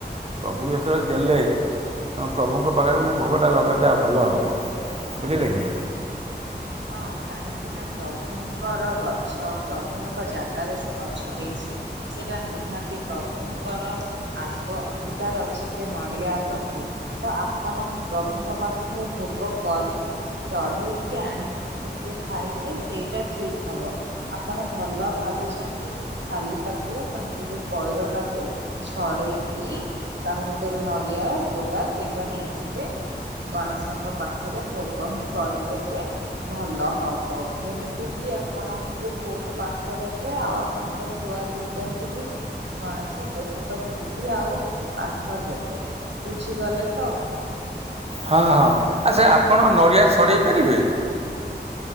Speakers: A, on the right; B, on the right.
A: ପ୍ରଭୁ ଯେତେବେଳେ ଦେଲେ। ହଁ, ପ୍ରଭୁଙ୍କ ପାଖରେ ମୁଁ ଭୋଗଟା ଲଗେଇଦେବା ଭଲ ହେବ। ବୁଝିଲେ କି।
B: ହଁ, କାହିଁ କାହିଁକିନା, ପ୍ରଭୁଙ୍କର ଗଛ, ପ୍ରଭୁଙ୍କ ଜାଗାରେ ସେ ଗଛ ହେଇଛି। ସେଟା ନିହାତି ପ୍ରଭୁଙ୍କର। ଆଗ ଅଧିକାର ଅଛି ସେ ନଡିଆ ପ୍ରତି। ତ ଆପଣ ପ୍ରଭୁଙ୍କ ପାଖରେ ଭୋଗ କରିକି କି ଚଢେଇକି ଆଣିକି କି ନିଜେ ଖାଇଲେ ସେଇଟା ଠିକ୍ ହବ ଆପଣ ଭଲ ଭାବିଛନ୍ତି। ଖାଲି ତାକୁ ମାନେ ସେ ଯୋଉ ପଇଡଟାକୁ ଛଡେଇକି ତାହା ଭିତରୁ ନଡିଆ ଯୋଉଟା ସେଇଟା ନେଇଯିବେ। ଗଣେଶଙ୍କ ପାଖରେ ଭୋଗ ହିଁ କରିଦେବେ। ଭଲ ହବ। ଯେମିତି କିି ଆପଣଙ୍କୁ ବହୁତ ପାଠ ଦେବେ। ଆଉ ଆପଣଙ୍କ ଛୁଆ ଦିଟାଙ୍କୁ ବି ଗଣେଶ ବହୁତ ବୁଦ୍ଧି ଆଉ ପାଠ ଦେବେ। ବୁଝିଗଲେ ତ!
A: ହଁ ହଁ, ଆଚ୍ଛା ଆପଣ ନଡ଼ିଆ ଛଡ଼େଇ ପାରିବେ।